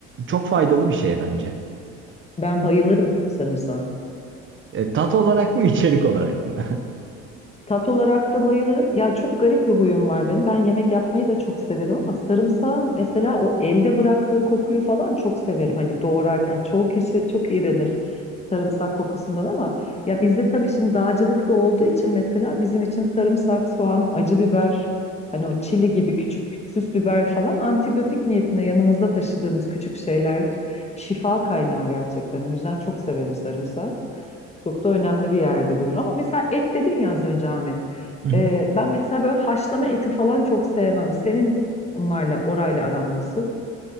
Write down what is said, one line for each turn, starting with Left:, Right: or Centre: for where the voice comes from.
Right: çok faydalı bir şey bence.
Left: Ben bayılırım sarımsağa.
Right: E, tat olarak mı içerik olarak mı? <laughs>
Left: Tat olarak da bayılırım. Ya çok garip bir huyum var benim. Ben yemek yapmayı da çok severim ama sarımsağın mesela o elde bıraktığı kokuyu falan çok severim. Hani doğrarken çoğu kişi çok iğrenir sarımsak kokusundan ama ya bizde tabii şimdi dağcılık da olduğu için mesela bizim için sarımsak, soğan, acı biber, hani o çili gibi küçük süs biber falan antibiyotik niyetine yanımızda taşıdığımız küçük şeylerdir. Şifa kaynağı gerçekten. O yüzden çok severim sarımsağı. Çok da önemli bir yerde durur. Ama mesela et dedin ya az önce Ahmet.
Right: Hı hı.
Left: Ee, ben mesela böyle haşlama eti falan çok sevmem. Senin onlarla, orayla aran nasıl?